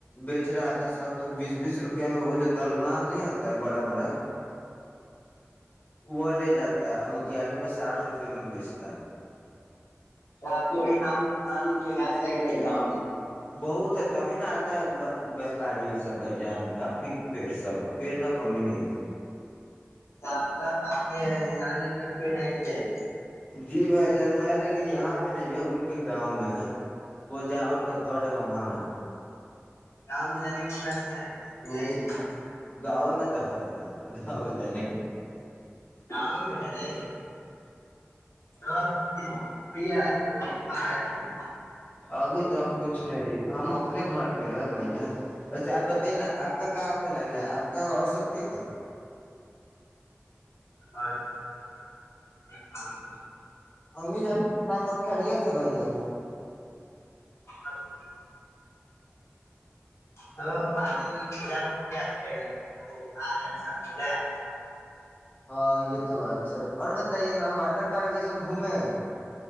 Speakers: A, on the left (about 35°); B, on the left (about 75°).
A: بیچ رہا
B: نہیں
A: تھا سب تو بیس بیس روپیہ میں وہ جو دلمام نہیں ہوتا ہے بڑا بڑا وہ لے جاتا ہے متانی میں ساٹھ روپ پ میں بیچتا ہے
B: آپ کیوری کی گاچ ہے کہ نہیں گاؤ
A: ہچ بہت ہے تبھی ن آتا وپاری سب بی جان کافی پیڑ سب پیڑ کا کمی نہیں ہے
B: آپ کا آپ کے نانا نانی کے پیڑ ہے کہ نہیں
A: جی بھائی جان ہے لیکن یہاں پہ نہیں ہے ان کے گاؤں میں ہے وہ جہاں ان کا گھر ہے وہاں ہے
B: گاؤں میں جانے کا پلان ہے کہ نہیں ہے
A: اور گاؤں میں تو ہو جائے
B: آؤ میں ہے نہیں ہ بھیا ہے کوئی پ پ رہا ہے
A: ابھی تو ہم کچھ نہیں ہم اپنے گھر پہ ہے بھائی جان ویسے آپ بتائیے نا آپ کا کہاں پلان ہے آپ کا اور سب ٹھیک ہے
B: گھر کو گھر سلتے
A: امی جا دکان ل خیریییا تھ بائی جان
B: سب ٹھیک تو عادل ایگزام ہو گیا عادل کا ایگزام ختم ہو گیا آ رہا ہے نا بلاے آپ کو
A: ہاں یہ تو بات ہے اور بتائیے نا واٹر پارک یہ سب گھومے